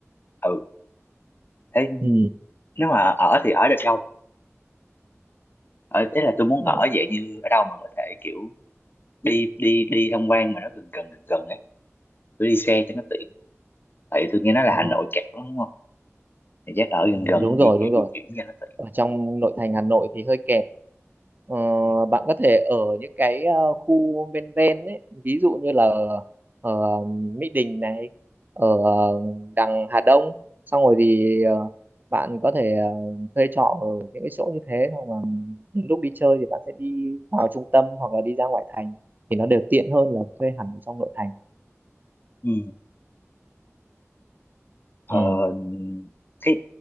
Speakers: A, on the left; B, on the right.
A: ừ thế
B: ừ.
A: nếu mà ở thì ở được đâu vậy? ở thế là tôi muốn
B: Ừ.
A: ở vậy như ở đâu mà có thể kiểu đi đi đi tham quan mà nó gần gần gần gần ấy tôi đi xe cho nó tiện tại vì tôi nghe nói là
B: Ờ,
A: Hà Nội kẹt lắm đúng không thì chắc ở gần
B: ừ,
A: gần
B: đúng rồi
A: di chuyển
B: đúng rồi
A: di chuyển cho nó tiện
B: ở trong nội thành Hà Nội thì hơi kẹt Ờ,
A: ừ.
B: bạn có thể ở những cái ờ, khu ven ven ấy ví dụ như là ở Mỹ Đình này ở đằng Hà Đông xong rồi thì ờ, bạn có thể ờ, thuê trọ ở những cái chỗ như thế xong mà những lúc đi chơi thì bạn sẽ đi vào trung tâm hoặc là đi ra ngoại thành thì nó đều tiện hơn là thuê hẳn ở trong nội thành
A: Ừ. Ờ,
B: ừ.
A: thế